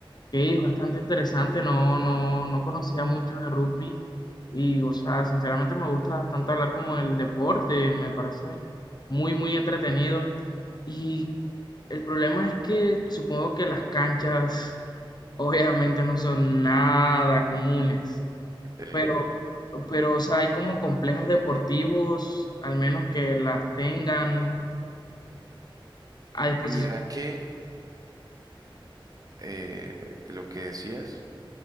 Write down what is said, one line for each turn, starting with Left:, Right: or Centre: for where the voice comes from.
Left: que es bastante interesante, no, no, no conocía mucho de rugby y, o sea, sinceramente me gusta bastante hablar como del deporte, me parece muy, muy entretenido y el problema es que supongo que las canchas <laughs> obviamente no son nada comunes,
Right: Eh,
Left: pero, pero, o sea, hay como complejos deportivos, al menos que las tengan a disposición.
Right: mira que eh, de lo que decías,